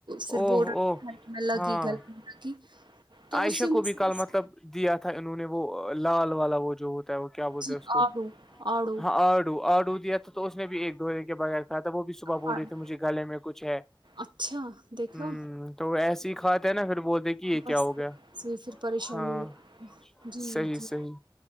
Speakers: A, on the right (about 60°); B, in the centre.
A: پھر
B: او
A: بول رہا
B: او
A: گلے میں لگی
B: ہاں
A: گلے میں لگی تو
B: عائشہ
A: اسی
B: کو
A: میں
B: بھی
A: سے
B: کل
A: اس-
B: مطلب دیا تھا انہوں نے وہ لال والا وہ جو ہوتا ہے وہ کیا بولتے
A: جی
B: ہیں اس کو
A: آڑو آڑو
B: ہاں آڈو آڈو دیا تو اس نے بھی ایک دھے کے بغیر کا تھا وہ بھی صبح بول
A: ہائے
B: رہی تھی مجھے گلے میں کچھ ہے
A: اچھا دیکھا
B: ہمم تو ایسی ہی کھاتے ہیں نا پھر بولتے کہ کہ
A: بس
B: کیا ہو گیا
A: سے پھر پریشانی
B: ہاں
A: ہے۔ جی
B: صحیح
A: جی
B: صحیح